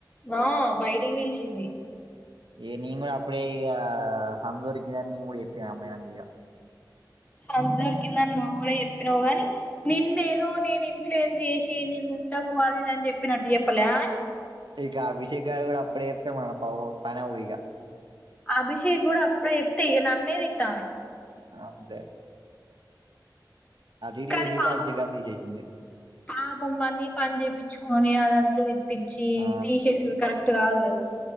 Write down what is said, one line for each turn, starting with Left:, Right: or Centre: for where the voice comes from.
Left: వ బయటికి పిలిచింది
Right: ఏ నేను కూడా అప్పుడే ఇంక సందు దొరికింది అని నేను కూడా చెప్పిన ఆ మేడం ఇంకా
Left: సందు దొరికింది అని నువ్వు కూడా చెప్పినావు గాని నిన్న ఏదో నేను ఇన్ఫ్లుయెన్స్ చేసి నిన్ను ఉండకు <unintelligible> చెప్పినట్టు చెప్పలే
Right: ఇక అభిషేక్ గాడు కూడా అప్పుడే చెప్తే మన ప పనిఅవ్వు ఇక
Left: అభిషేక్ కూడా అప్పుడే చెప్తే ఇక నన్నే తిట్టు ఆమే
Right: అదే ఇటు
Left: కానీ
Right: చేసి అయితే
Left: పాపం
Right: అభిషేక్ గారిని తీసేసింది
Left: పాపం వాన్నీ పని చేపించు కాని ఆది అంతా దిప్పి చి
Right: ఆ,
Left: తీషేసుడు కరెక్ట్ కాదు కదా